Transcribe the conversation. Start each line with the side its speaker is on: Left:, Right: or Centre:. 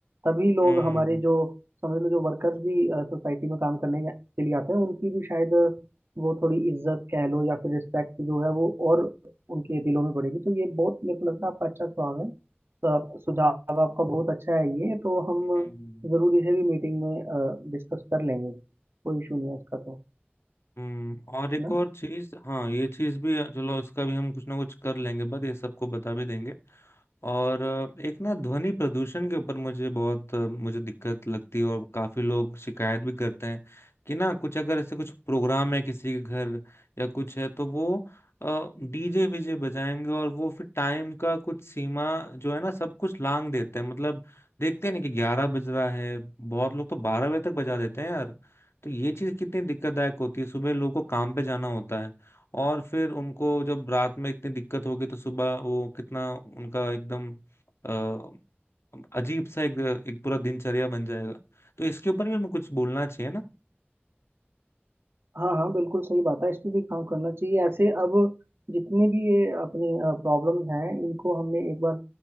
Right: तभी लोग
Left: हम्म
Right: हमारे जो समझ लो जो वर्कर्स भी सोसाइटी में काम करने के लिए आते हैं उनकी भी शायद वो थोड़ी इज्जत कह लो या फिर रिस्पेक्ट जो है वो और उनके दिलों में बढ़ेगी तो ये बहुत मेरे को लगता है आपका अच्छा सुझाव है सब सुझाव आपका बहुत अच्छा है ये तो हम
Left: हम्म हम्म।
Right: जरूर इसे भी मीटिंग में डिस्कस कर लेंगे कोई इशू नहीं है इसका तो
Left: हम्म और एक
Right: है ना
Left: और चीज हाँ ये चीज भी चलो इसका भी हम कुछ ना कुछ कर लेंगे बट ये सबको बता भी देंगे और अ, एक ना ध्वनि प्रदूषण के ऊपर मुझे बहुत अ, मुझे दिक्कत लगती है और काफी लोग शिकायत भी करते हैं कि ना कुछ अगर ऐसे कुछ प्रोग्राम है किसी के घर या कुछ है तो वो डीजे वीजे बजाएंगे और वो फिर टाइम का कुछ सीमा जो है ना सब कुछ लांग देते हैं मतलब देखते नहीं कि ग्यारह बज रहा है बहुत लोग तो बारह बजे तक बजा देते हैं यार तो ये चीज कितनी दिक्कतदायक होती है सुबह लोगों को काम पे जाना होता है और फिर उनको जब रात में इतनी दिक्कत हो गई तो सुबह वो कितना उनका एकदम अ, अजीब सा एक एक पूरा दिनचर्या बन जाएगा तो इसके ऊपर भी हमें कुछ बोलना चाहिए ना
Right: हाँ हाँ बिल्कुल सही बात है इस पे भी काम करना चाहिए ऐसे अब जितनी भी ये अपनी प्रॉब्लम्स हैं इनको हमने एक बार